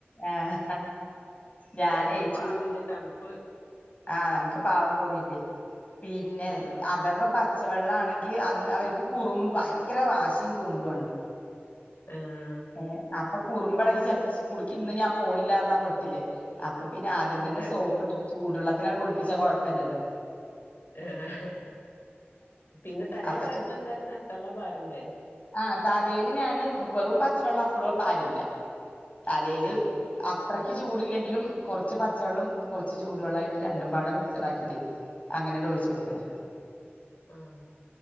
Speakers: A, on the left; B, on the left.
A: ആഹ് ഞാനേ
B: നമ്മള്
A: ചു
B: പാവല്ലേ തണുപ്പ്
A: ആഹ് നമുക്ക് പാവം തോന്നീട്ടേ പിന്നെ
B: ആഹ്
A: അഥവാ പ പച്ച വെള്ള ആണെങ്കിൽ അന്ന് അവർക്ക് കുറുമ്പ് ഭയങ്കര വാശിയും കുറുമ്പാണ്
B: ആഹ്
A: ഏ അപ്പൊ കുറുമ്പളകി ചിലപ്പോ സ്കൂളിക്ക് ഇന്ന് ഞാൻ പോണില്ലാ പറഞ്ഞാ പെട്ടില്ലേ അപ്പൊ പിന്നെ ആദ്യം
B: അതെ
A: തന്നെ സോപ്പിട്ടിട്ട് ചൂടു വള്ളത്തിലാണ് കുളിപ്പിച്ച കൊഴപ്പല്ലല്ലോ
B: ആഹ് പിന്നെ തലേ
A: അപ്പൊ
B: പാരുമ്പോ എന്താലും തണ്ത്തള്ളം പാരണ്ടേ
A: ആ തലേല് ഞാന് വെറും പച്ചവെള്ളം അപ്പളും പാരില്ല തലേല്
B: ആഹ്
A: അത്രയ്ക്ക് ചൂടില്ലെങ്കിലും കുറച്ച് പച്ചവെള്ളം കുറച്ച് ചൂടു വെള്ള ആയിട്ട് രണ്ടും പാടെ മിക്സഡ് ആക്കിയിട്ടേ അങ്ങനെട് ഒഴിച്ചു കൊടുക്കല
B: ആഹ്